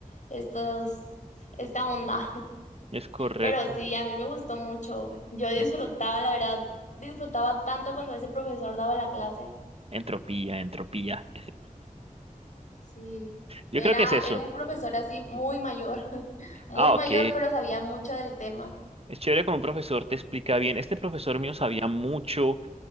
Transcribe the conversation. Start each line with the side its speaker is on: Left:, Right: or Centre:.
Left: estos, esta onda.
Right: Es correcto.
Left: Pero sí, a mí me gustó mucho. Yo disfrutaba,
Right: En-
Left: la verdad, disfrutaba tanto cuando ese profesor daba la clase.
Right: entropía, entropía.
Left: Sí,
Right: Yo
Left: era,
Right: creo que es eso.
Left: era un profesor así muy mayor, <laughs> muy
Right: Ah,
Left: mayor,
Right: ok.
Left: pero sabía mucho del tema.
Right: Es chévere con un profesor, te explica bien. Este profesor mío sabía mucho,